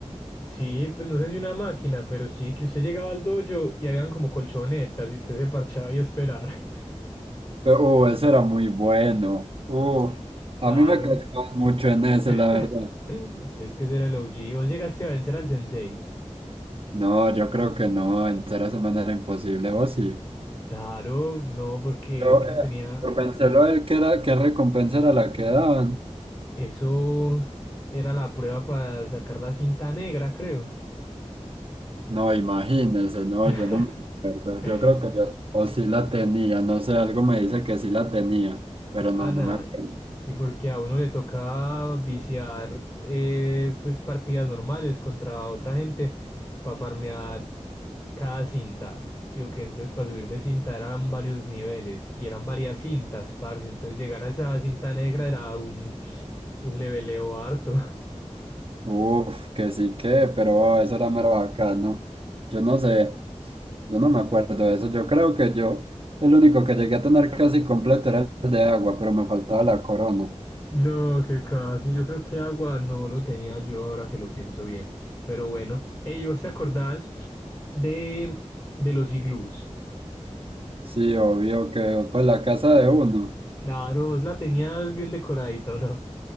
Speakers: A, on the left (about 35°); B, on the right (about 50°).
A: Sí, pues no sé si una máquina, pero sí que usted llegaba al dojo y habían como colchonetas y usted se parchaba y a esperar. <laughs>
B: Pero, uh, ese era muy bueno. Uh,
A: Claro.
B: a mí me cascaban mucho en ese,
A: <laughs>
B: la verdad.
A: Es que ese era el O G. ¿Vos llegaste a vencer al sensei?
B: No, yo creo que no, en cera semana era imposible, vos sí.
A: Claro, no, porque
B: Pero
A: uno
B: eh,
A: tenía...
B: por
A: Uno...
B: pensarlo, él qué era, qué recompensa era la que daban.
A: Eso era la prueba para sacar la cinta negra, creo.
B: No, imagínese, no,
A: <laughs>
B: yo no me acuerdo. Yo creo que yo, o sí la tenía, no sé, algo me dice que sí la tenía, pero
A: Pana,
B: no, no me acuerdo.
A: y porque a uno le toca viciar eh, pues partidas normales contra otra gente para farmear cada cinta, ¿sí o qué? Entonces para subir de cinta eran varios niveles y eran varias cintas, parce. Entonces llegar a esa cinta negra era un, un leveleo harto. <laughs>
B: Uf, que sí que, pero oh, eso era mero bacano. Yo no sé, yo no me acuerdo de eso. Yo creo que yo, el único que llegué a tener casi completo era el de agua, pero me faltaba la corona.
A: No, que casi, yo creo que agua no lo tenía yo ahora que lo pienso bien. Pero bueno, ey, ¿vos te acordás de, de los iglús?
B: Sí, obvio que, pues la casa de uno.
A: Claro, vos la tenías bien decoradita, ¿o no?